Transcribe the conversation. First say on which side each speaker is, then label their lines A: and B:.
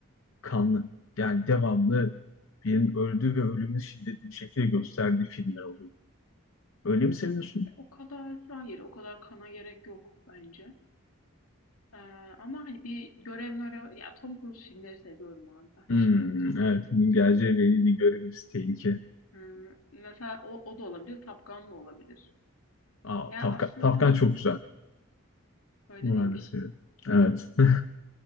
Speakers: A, on the left; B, on the left.
A: kanlı. Yani devamlı birinin öldüğü ve ölümünü şiddetli bir şekilde gösterdiği filmler oluyor. Öyle mi seviyorsun?
B: O kadar hayır, o kadar kana gerek yok bence. Ee, ama hani bir görev mörev, ya Tom Cruise filmleri seviyorum abi. ben.
A: Hmm, evet. Bunun geleceği belli görevimiz tehlike.
B: Hmm, mesela o, o da olabilir, Top Gun da olabilir.
A: Aa,
B: Ya
A: Tafkan,
B: aslında
A: Tafkan çok güzel.
B: Öyle
A: Bunu
B: miymiş?
A: ben de seviyorum. Evet. <laughs>